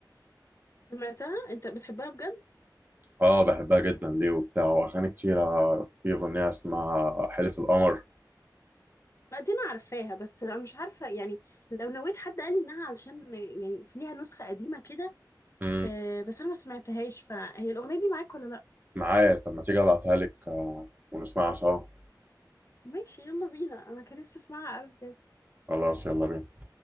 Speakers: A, on the left; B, on the right.
A: سمعتها انت بتحبها بجد
B: اه بحبها جدا ليه وبتاع واغاني كتيره في اغنيه اسمها حلف القمر
A: ما دي انا عارفاها بس انا مش عارفه يعني لو نويت حد قال لي انها علشان يعني ليها نسخه قديمه كده
B: مم.
A: آه بس انا ما سمعتهاش فهي الاغنيه دي معاك ولا لا
B: معايا طب ما تيجي ابعتها لك آه، ونسمعها سوا
A: ماشي يلا بينا انا كان نفسي اسمعها قوي
B: خلاص يلا بينا